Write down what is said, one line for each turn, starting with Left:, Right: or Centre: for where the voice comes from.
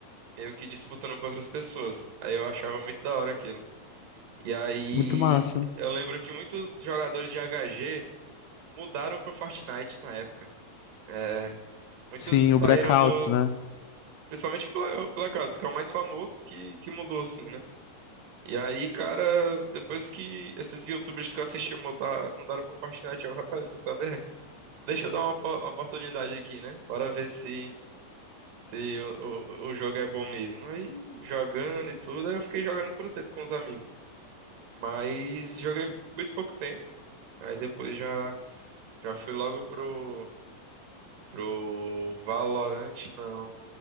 Right: meio que disputando com outras pessoas. Aí eu achava muito da hora aquilo. E aí,
Left: muito massa.
Right: eu lembro que muitos jogadores de H G mudaram pro Fortnite na época. É, muitos
Left: Sim,
Right: saíram
Left: o Blackouts,
Right: do.
Left: né?
Right: Principalmente o Bla- o Blackouts, que é o mais famoso, que, que mudou assim, né? E aí, cara, depois que esses YouTubers que eu assisti mudar, mudaram pro Fortnite, eu, rapaz, quer saber? Deixa eu dar uma, po- uma oportunidade aqui, né? Bora ver se, se o, o, o jogo é bom mesmo. Aí, jogando e tudo, aí eu fiquei jogando por um tempo com os amigos. Mas joguei muito pouco tempo. Aí depois já, já fui logo pro, Pro Valorant, não.